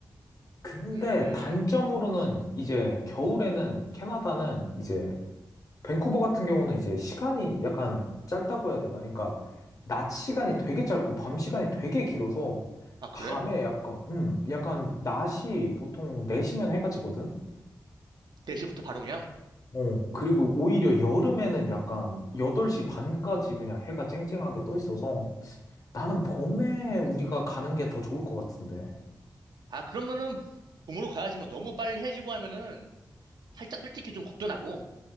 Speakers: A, on the left; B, on the right.
A: 근데
B: 음,
A: 단점으로는 이제 겨울에는 캐나다는 이제 밴쿠버 같은 경우는 이제 시간이 약간 짧다고 해야 되나? 그러니까 낮 시간이 되게 짧고 밤 시간이 되게 길어서
B: 아, 그래?
A: 밤에 약간 음 약간 낮이 보통 4시면 해가 지거든.
B: 대시부터 바로 그냥?
A: 어, 그리고 오히려 여름에는 약간 8시 반까지 그냥 해가 쨍쨍하게 떠 있어서 나는 봄에 우리가 가는 게 더 좋을 것 같은데.
B: 아, 그러면은 봄으로 가야지 뭐 너무 빨리 해지고 하면은 살짝 솔직히 좀 겁도 나고.